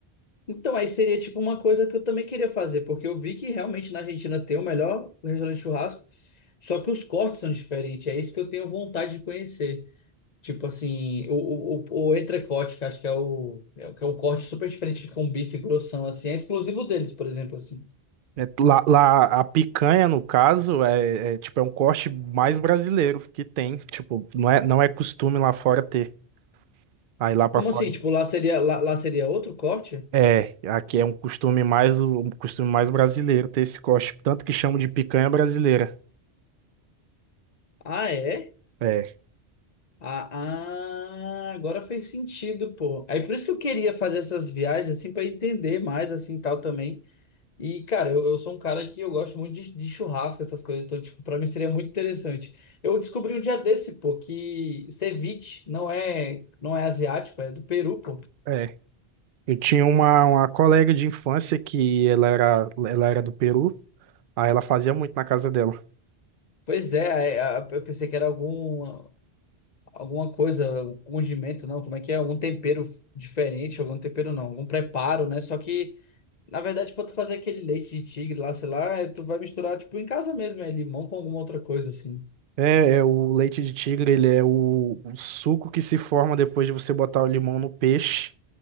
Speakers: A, on the left (about 45°); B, on the right (about 60°).
A: então, aí seria tipo uma coisa que eu também queria fazer, porque eu vi que realmente na Argentina tem o melhor restaurante de churrasco, só que os cortes são diferentes. É isso que eu tenho vontade de conhecer. Tipo assim, o, o, o, o entrecote, que acho que é o, é, o- que é um corte super diferente, que fica um bife grossão, assim. É exclusivo deles, por exemplo, assim.
B: É, Lá, lá, a picanha, no caso, é, é, tipo, é um corte mais brasileiro que tem. Tipo, não é, não é costume lá fora ter. Aí lá pra
A: Como
B: fora.
A: assim? Tipo, lá seria, lá, lá seria outro corte?
B: É, aqui é um costume mais, um costume mais brasileiro ter esse corte. Tanto que chamam de picanha brasileira.
A: Ah, é?
B: É,
A: Ah, ah, agora fez sentido, pô. Aí por isso que eu queria fazer essas viagens, assim, pra entender mais, assim, tal também. E, cara, eu, eu sou um cara que eu gosto muito de, de churrasco, essas coisas, então, tipo, pra mim seria muito interessante. Eu descobri um dia desse, pô, que ceviche não é, não é asiático, é do Peru, pô.
B: é. Eu tinha uma, uma colega de infância que ela era, ela era do Peru. Aí ela fazia muito na casa dela.
A: Pois é, é, a- eu pensei que era algum. alguma coisa, um condimento, não, como é que é? Algum tempero diferente, algum tempero não, algum preparo, né? Só que, na verdade, pra tu fazer aquele leite de tigre lá, sei lá, é, tu vai misturar, tipo, em casa mesmo, é limão com alguma outra coisa, assim.
B: É, é o leite de tigre, ele é o, o suco que se forma depois de você botar o limão no peixe.